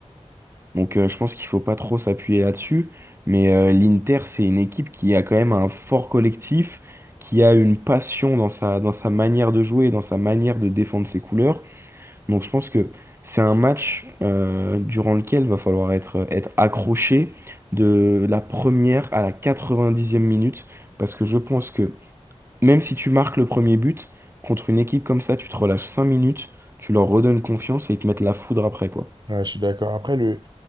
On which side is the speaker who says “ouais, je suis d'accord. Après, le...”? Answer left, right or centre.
Right